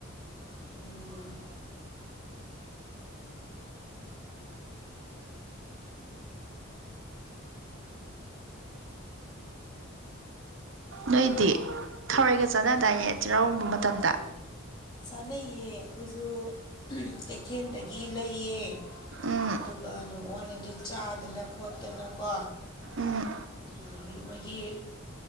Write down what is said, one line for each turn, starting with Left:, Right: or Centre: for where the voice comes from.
Left: ꯎꯝ
Right: ꯅꯣꯏꯗꯤ ꯊꯔꯣꯏꯒ ꯆꯥꯟꯅꯗꯥꯏꯅꯦ ꯆꯦꯔꯥꯎꯕ ꯃꯇꯝꯗ
Left: ꯆꯥꯅꯩꯌꯦ ꯑꯈꯣꯏꯖꯨ ꯎꯝ ꯀꯩꯊꯦꯜꯗꯒꯤ ꯂꯩꯌꯦ
Right: ꯎꯝ
Left: ꯑꯗꯨꯒ ꯅꯣꯡ ꯋꯥꯂꯤꯉꯩꯗꯩ ꯆꯥꯗꯅ ꯈꯣꯠꯇꯅ ꯀꯣ
Right: ꯎꯝ
Left: ꯑꯗꯒꯤ ꯃꯣꯏꯒꯤ